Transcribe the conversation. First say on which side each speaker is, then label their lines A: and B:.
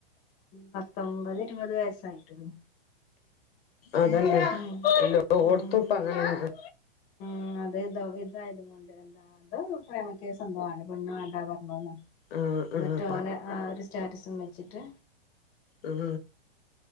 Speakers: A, on the left; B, on the left.
A: പത്തൊമ്പത് ഇരുപത് വയസ്സായിട്ടുള്ളു
B: അതന്നെ
A: ഉം
B: എല്ലോട്ത്തുപ്പം അങ്ങനെന്നെ
A: ഉം അത് ഇതോ ഇതായത് കൊണ്ട് എന്താ പ്രേമ കേസ് എന്തോ ആണ് പെണ്ണ് വേണ്ടാ പറഞ്ഞന്ന്
B: ആഹ്
A: എന്നിട്ട്
B: ആഹ്
A: ഓന് ആ ഒരു സ്റ്റാറ്റസും വെച്ചിട്ട്
B: ഉം